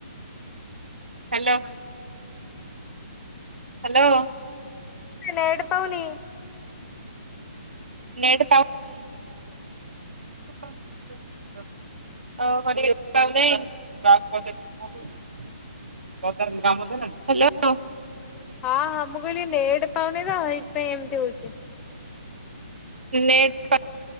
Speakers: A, on the right; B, on the left.
A: ହ୍ୟାଲୋ। ହ୍ୟାଲୋ।
B: <inaudible> ନେଡ଼ ପାଉନି।
A: ନେଟ ପାଉ <inaudible> କ ତାର କାମ ସଇଲାଣି, ହ୍ୟାଲୋ।
B: ହଁ ହଁ, ମୁଁ କହିଲି ନେଟ୍ ପାଉନି ତ ହେଇଥିପାଇଁ ଏମିତି ହଉଛି।
A: ନେଟ